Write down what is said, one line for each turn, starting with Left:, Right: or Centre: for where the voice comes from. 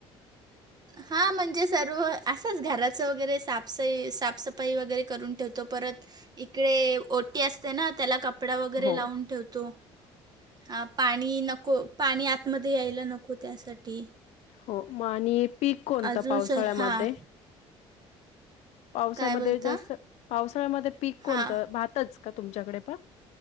Right: हा म्हणजे सर्व असंच घराचं वगैरे साफसई साफसफाई वगैरे करून ठेवतो परत इकडे ओटी असते ना त्याला कपडा वगैरे
Left: हो.
Right: लावून ठेवतो <unintelligible> हा पाणी नको पाणी आतमध्ये यायला नको त्यासाठी <unintelligible>
Left: हो मग आणि पीक कोणतं
Right: अजून
Left: पावसाळ्यामध्ये
Right: सर हां,
Left: <unintelligible> पावसा्यामध्ये
Right: काय बोलता?
Left: जास्त पावसाळ्यामध्ये पीक कोणतं
Right: हां,
Left: भातच का तुमच्याकडे पण <unintelligible>